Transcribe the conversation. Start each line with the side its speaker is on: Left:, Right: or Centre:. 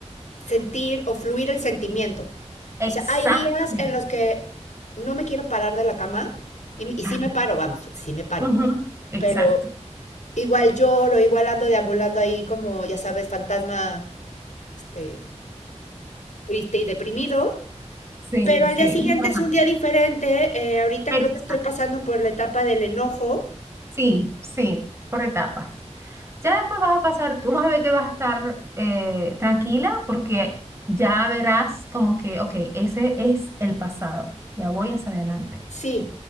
Left: sentir o fluir el sentimiento.
Right: Exactamente.
Left: O sea, hay días en los que no me quiero parar de la cama y, y
Right: Ay,
Left: sí me paro, vamos, sí me paro.
Right: ujú, Exacto.
Left: Pero igual lloro, igual ando deambulando ahí como, ya sabes, fantasma, este, triste y deprimido.
Right: Sí,
Left: Pero al
Right: sí.
Left: día siguiente
Right: normal.
Left: es un día diferente. eh, ahorita
Right: Exacto.
Left: creo que estoy pasando por la etapa del enojo.
Right: Sí, sí, por etapas. Ya después vas a pasar, tú vas a ver que vas a estar eh, tranquila porque ya verás como que, ok, ese es el pasado, ya voy hacia adelante.
Left: Sí.